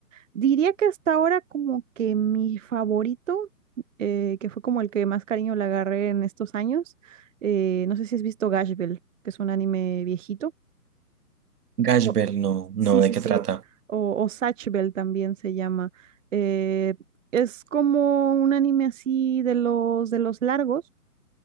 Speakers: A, on the right; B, on the right.
A: Diría que hasta ahora como que mi favorito, eh, que fue como el que más cariño le agarré en estos años, eh, no sé si has visto Gash Bell, que es un anime viejito.
B: Gash
A: o-
B: Bell, no, no,
A: Sí,
B: ¿de
A: sí,
B: qué
A: sí.
B: trata?
A: O, o Zatch Bell también se llama. Eh, es como un anime así de los de los largos,